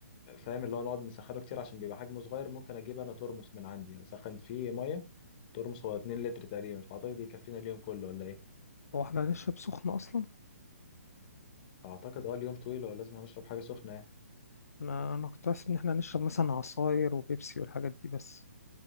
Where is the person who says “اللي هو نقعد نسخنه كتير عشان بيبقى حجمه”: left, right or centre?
Left